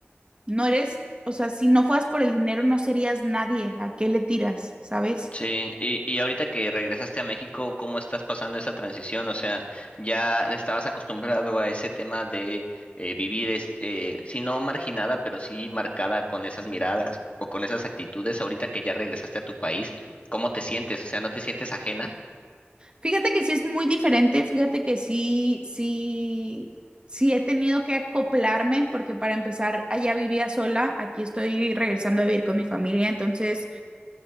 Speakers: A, on the right; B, on the left.
A: no eres, o sea, si no fueras por el dinero no serías nadie, ¿a qué le tiras, ¿sabes?
B: Sí, y, y ahorita que regresaste a México, ¿cómo estás pasando esa transición? O sea, ya estabas acostumbrado a ese tema de eh, vivir, este, eh, si no marginada, pero sí marcada con esas miradas o con esas actitudes. Ahorita que ya regresaste a tu país, ¿cómo te sientes? O sea, ¿no te sientes ajena?
A: Fíjate que sí es muy diferente, fíjate que sí, sí, sí he tenido que acoplarme porque para empezar allá vivía sola, aquí estoy regresando a vivir con mi familia, entonces